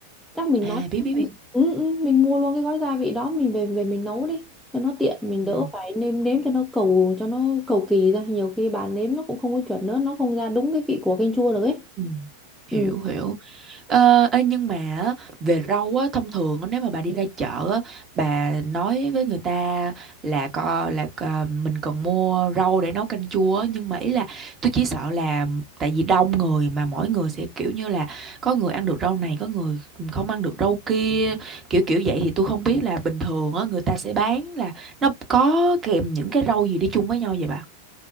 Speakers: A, in the centre; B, on the right.
A: chắc mình
B: À
A: nói
B: biết biết biết.
A: ừ, ừ, mình mua luôn cái gói gia vị đó mình về về mình nấu đi cho nó tiện mình
B: Ừ.
A: đỡ phải nêm nếm cho nó cầu cho nó cầu kỳ ra nhiều khi bà nếm nó cũng không có chuẩn nữa nó không ra đúng cái vị của canh chua được ấy
B: Ừ.
A: ừ
B: Hiểu hiểu. Ờ, ê, nhưng mà á, về rau á thông thường á, nếu mà bà đi ra chợ á, bà nói với người ta là có là có- mình cần mua rau để nấu canh chua á, nhưng mà ý là tôi chỉ sợ là tại vì đông người mà mỗi người sẽ kiểu như là có người ăn được rau này có người không ăn được rau kia kiểu kiểu vậy thì tôi không biết là bình thường á người ta sẽ bán là nó có kèm những cái rau gì đi chung với nhau vậy bà?